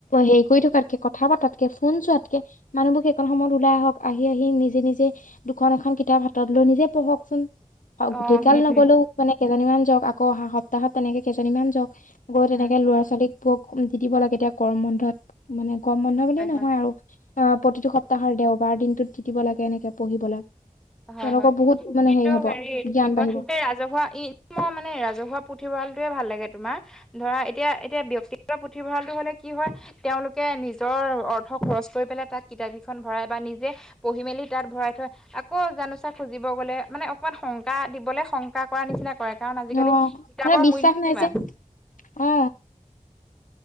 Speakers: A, on the left (about 75°); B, in the centre.
A: হেৰি কৰি থ তাতকে কথা পাতাতকে, ফোন চোৱাতকে মানুহবোৰ সেইকন সময়ত ওলাই আহক আহি আহি নিজে নিজে দুখন এখন কিতাপ হাতত লৈ নিজে পঢ়কচোন।
B: অ
A: গোটেই গাল
B: সেইটোৱে
A: নগলেও মানে কেইজনীমান যাওক। আকৌ অহা সপ্তাহত তেনেকে কেইজনীমান যাওক। গৈ তেনেকে
B: হয়
A: ল'ৰা ছোৱালীক বোৰক দি দিব লাগে। এতিয়া গৰম বন্ধত মানে গম বন্ধ বুলিয়ে নহয়
B: হয়
A: আৰু অ প্ৰতিটো সপ্তাহৰ দেওবাৰ দিনটোত দি দিব লাগে এনেকে। পঢ়িবলৈ
B: হয়
A: তেওঁলোকৰ
B: হয়।
A: বহুত মানে
B: কিন্তু
A: হ'ব
B: হেৰি
A: জ্ঞান
B: কি কয়
A: বাঢ়িব
B: ৰাজহুৱা ই মই মানে ৰাজহুৱা পুথিভঁৰালটোৱে ভাল লাগে তোমাৰ ধৰা এতিয়া এতিয়া ব্যক্তি পুথিভঁৰালটো হ'লে কি হয় তেওঁলোকে নিজৰ অৰ্থ খৰচ কৰি পেলাই তাত কিতাপেইখন ভৰাই বা নিজে পঢ়ি আকৌ জানোচা খুজিব গ'লে মানে অকমান শংকা দিবলৈ শংকা কৰা নিচিনা কৰে কাৰণ
A: অ
B: আজিকালি কিতাপৰ
A: মানে বিশ্বাস
B: মূল্যও
A: নাই
B: কিমান।
A: যে অ